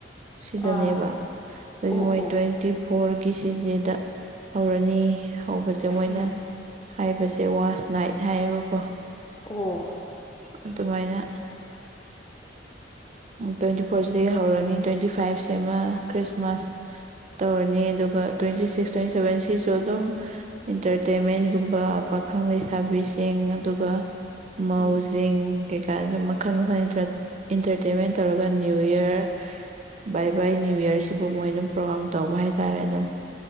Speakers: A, on the right; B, on the left.
A: ꯁꯤꯗꯅꯦꯕ
B: ꯑꯥ
A: ꯑꯗꯒꯤ
B: ꯑꯣ
A: ꯃꯣꯏ
B: ꯑꯣ
A: ꯇ꯭ꯋꯦꯟꯇꯤ ꯐꯣꯔꯒꯤ ꯁꯤꯗꯗ ꯍꯧꯔꯅꯤ ꯍꯧꯕꯁꯦ ꯃꯣꯏꯅ
B: ꯎꯝ
A: ꯍꯥꯏꯕꯁꯦ ꯋꯥꯁ ꯅꯥꯏꯠ ꯍꯥꯏꯌꯦꯕꯀꯣ
B: ꯑꯣ
A: ꯑꯗꯨꯃꯥꯏꯅ ꯇ꯭ꯋꯦꯟꯇꯤ ꯐꯣꯔꯁꯤꯗꯒꯤ ꯍꯧꯔꯅꯤ ꯇ꯭ꯋꯦꯟꯇꯤ ꯐꯥꯏꯚꯁꯤꯃ ꯈ꯭ꯔꯤꯁꯃꯥꯁ ꯇꯧꯔꯅꯤ ꯑꯗꯨꯒ ꯇ꯭ꯋꯦꯟꯇꯤ ꯁꯤꯛꯁ ꯇ꯭ꯋꯦꯟꯇꯤ ꯁꯚꯦꯟ ꯁꯤꯁꯨ ꯑꯗꯨꯝ ꯏꯟꯇꯔꯇꯦꯟꯃꯦꯟꯒꯨꯝꯕ ꯄꯥꯈꯪ ꯂꯩꯁꯥꯕꯤꯁꯤꯡ ꯑꯗꯨꯒ ꯃꯎꯖꯤꯡ
B: ꯎꯝ
A: ꯀꯩꯀꯥꯁꯨ ꯃꯈꯜ ꯃꯈꯜ ꯏꯟꯇꯔꯇꯦꯟꯃꯦꯟ ꯇꯧꯔꯒ ꯅꯤꯌꯨ ꯏꯌꯥꯔ ꯕꯥꯏ ꯕꯥꯏ ꯅꯅꯤꯌꯨ ꯌꯌꯥꯔꯁꯤꯕꯨ ꯃꯣꯏ ꯑꯗꯨꯝ ꯄ꯭ꯔꯣꯒꯥꯝ ꯇꯧꯕ ꯍꯥꯏꯇꯥꯔꯦ ꯑꯗꯨꯝ